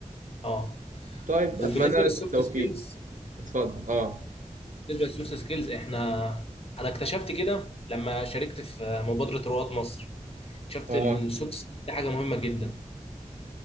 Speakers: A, on the left (about 50°); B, on the right (about 75°).
A: اه
B: طيب
A: وبالنسبه
B: اتمنى لك
A: للسوفت
B: التوفيق
A: سكيلز
B: اتفضل اه
A: بالنسبه للسوفت سكيلز احنا انا اكتشفت كده لما شاركت في مبادره رواد مصر اكتشفت
B: اه
A: ان السوفت سكيلز دي حاجه مهمه جدا